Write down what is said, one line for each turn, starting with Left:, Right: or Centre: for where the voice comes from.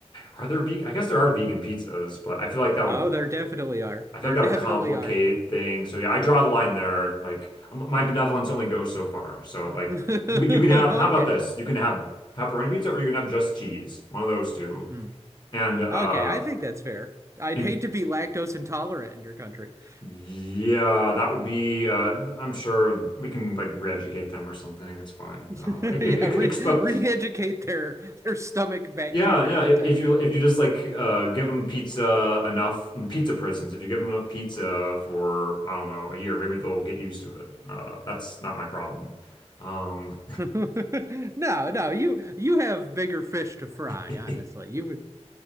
Left: are there vegan? I guess there are vegan pizzas, but I feel like that
Right: Oh,
Left: would,
Right: there definitely are.
Left: I feel
Right: There
Left: like that
Right: definitely
Left: would complicate
Right: are.
Left: things. So yeah, I draw the line there. Like, m- my
Right: Yeah.
Left: benevolence only goes so far. So
Right: <laughs>
Left: like, you can you can have. How
Right: Okay.
Left: about this? You can have pepperoni pizza, or you can have just cheese. One of those two.
Right: Mm.
Left: And uh,
Right: Okay, I think that's fair. I'd
Left: and
Right: hate to be lactose intolerant in your country. <laughs>
Left: yeah, that would be. Uh, I'm sure we can like re-educate them or something. It's fine.
Right: Yeah,
Left: Uh, e-, e-, e-,
Right: re
Left: expo.
Right: re-educate their their stomach bacteria
Left: Yeah, yeah. i-
Right: to
Left: If you if you just like uh, give them pizza enough in the pizza prisons, if you give them enough pizza for I don't know a year, maybe they'll get used to it. Uh, that's not my problem. Um,
Right: <laughs> No, no, you you have bigger fish to fry,
Left: <laughs>
Right: honestly. You